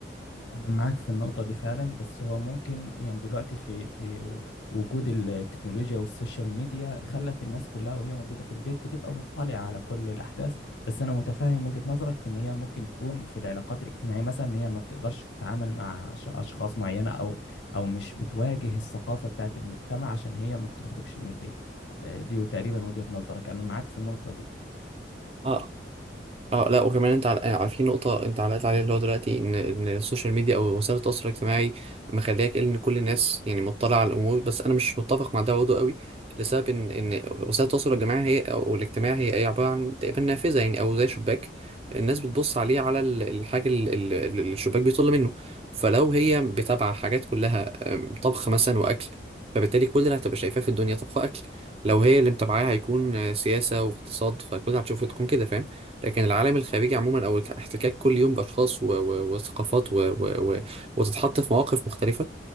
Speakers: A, on the left; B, on the right.
A: أنا معاك في النقطة دي فعلا بس هو ممكن يعني دلوقتي في في و- وجود التكنولوجيا والسوشيال ميديا خلت الناس كلها وهي موجودة في البيت بتبقى مطلعة على كل الأحداث بس أنا متفهم وجهة نظرك في إن هي ممكن تكون في العلاقات الاجتماعية مثلا إن هي ما بتقدرش تتعامل مع أش- أشخاص معينة أو أو مش بتواجه الثقافة بتاعت المجتمع عشان هي ما بتخرجش من البيت آه، دي تقريبا وجهة نظرك أنا معاك في النقطة دي
B: أصلا اه لا وكمان انت عل... يعني في نقطة انت علقت عليها اللي هو دلوقتي ان ان السوشيال ميديا او وسائل التواصل الاجتماعي مخلياك إيه، ان كل الناس يعني مطلعة على الامور بس انا مش متفق مع ده برضه قوي لسبب ان ان وسائل التواصل الجماعي هي او الاجتماعي هي هي عبارة عن تقريبا نافذة يعني او زي شباك الناس بتبص عليه على ال- الحاجة اللي اللي- اللي الشباك بيطل منه فلو هي بتابعة حاجات كلها ام، طبخ مثلا واكل فبالتالي كل اللي هتبقى شايفاه في الدنيا طبخ اكل لو هي اللي متابعاها هيكون اه، سياسة واقتصاد فكل اللي هتشوفه تكون كده فاهم لكن العالم الخارجي عموما او الاحتكاك كل يوم باشخاص و- و- وثقافات و- و- و- وتتحط في مواقف مختلفه